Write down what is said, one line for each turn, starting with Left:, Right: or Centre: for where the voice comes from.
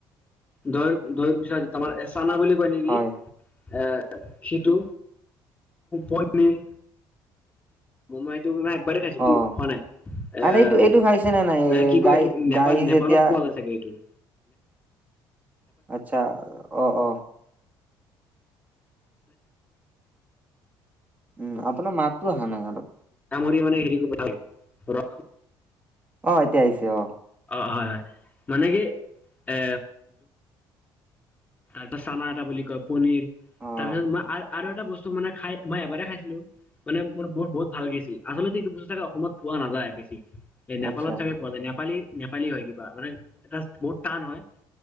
Left: দৈৰ দৈৰ পিছত তোমাৰ এ চানা বুলি কয় নেকি
Right: হয়।
Left: এ। সেইটো পনিৰ। মইটো মে একবাৰেই খাইছো,
Right: অ',
Left: খোৱা নাই আহ।
Right: আৰে এইটো এইটো খাইছে নে নাই
Left: এ কি কয়
Right: গাই
Left: এইটো নেপাল
Right: গাই যেতিয়া
Left: নেপালত পোৱালে চাগে এইটো।
Right: আতচ্ছা অ অ। উম আপোনাৰ মাতটো অহা নাই অলপ।
Left: পৰিমাণে হেৰি কৰিব লাগে এইকেইদিন
Right: অ এতিয়া আহিছে অ।
Left: অঁ হয় হয়। মানে কি এ তাৰপা চানা এটা বুলি কয়, পনীৰ,
Right: অ',
Left: তাৰপিছত মই আৰ আৰু এটা বস্তু মানে খাই মই এবাৰে খাইছিলো, মানে মোৰ বহুত বহুত ভাল লাগিছিল। আচলতে এইটো বস্তু থাকে অসমত পোৱা নাযায় বেছি। এ নেপালত
Right: আচ্ছা।
Left: চাগে পোৱা যায়, নেপালী নেপালী হয় কিবা মানে এটা বহুত টান হয়।